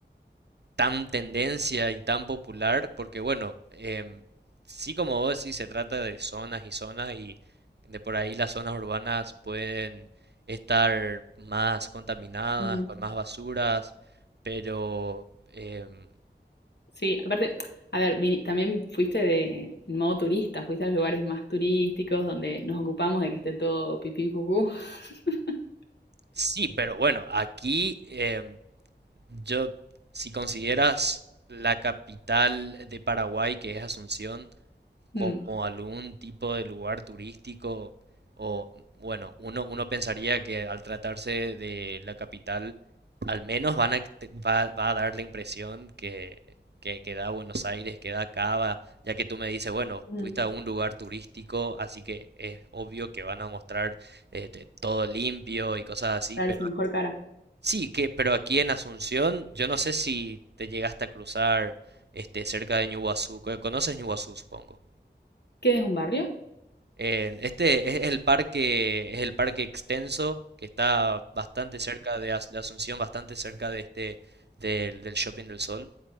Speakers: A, on the right (about 65°); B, on the left (about 70°).
A: tan tendencia y tan popular, porque bueno, em, sí como vos decís, se trata de zonas y zonas y de por ahí las zonas urbanas pueden estar más contaminadas,
B: ujú.
A: con más basuras, pero em,
B: Sí, aparte, a ver, vini- también fuiste de, en modo turista, fuiste a los lugares más turísticos donde nos ocupamos de que esté todo pipí cucú. <laughs>
A: sí, pero bueno, aquí em, yo, si consideras la capital de Paraguay, que es Asunción, como
B: Mm,
A: algún tipo de lugar turístico o bueno, uno, uno pensaría que al tratarse de la capital al menos van a, te- va, va a dar la impresión que, que, que da Buenos Aires, que da Cava, ya que tú me dices, bueno,
B: ujú.
A: fuiste a un lugar turístico, así que es obvio que van a mostrar eh, te- todo limpio y cosas así,
B: Claro,
A: pero
B: es mejor cara.
A: sí, que, pero aquí en Asunción, yo no sé si te llegaste a cruzar este, cerca de Ñuguazú, co- conoces Ñuguazú, supongo.
B: ¿Qué es un barrio?
A: Eh, este es el parque, es el parque extenso que está bastante cerca de, As- de Asunción, bastante cerca de este del, del Shopping del Sol.